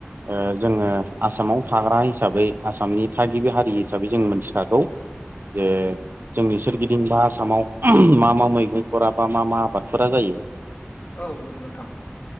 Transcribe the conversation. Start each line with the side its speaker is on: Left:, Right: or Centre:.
Right: । जोङो आसामाव थाग्रा हिसाबै आसामनि थागिबि हारि हिसाबै जों मिथिखागौ जे जोंनि सोरगिदिं बा आसामाव ओम मा मा मैगंफोरा बा मा मा आबादफोरा जायो ।
Left: औ नंगौ नोंथां ।